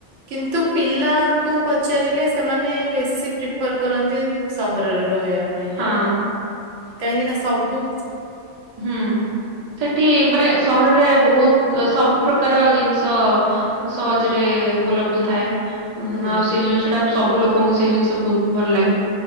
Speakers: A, on the right; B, on the right.
A: କିନ୍ତୁ ପିଲାଙ୍କୁ ପଚାରିଲେ ସେମାନେ ବେଶୀ ପ୍ରିଫର କରନ୍ତି ସହରରେ। ରହିବା ପାଇଁକା
B: ହଁ।
A: ନା କାହିଁକି ନା ସବୁ
B: ହୁଁ। ସେଠି ଉପଲବ୍ଧ ଥାଏ। ଉଁ
A: ହୁଁ
B: ଆଉ ସେଇ ଜିନିଷ ଟା ସବୁ ଲୋକଙ୍କୁ ସେଇ ଜିନିଷ ବହୁତ ଭଲ ଲାଗେ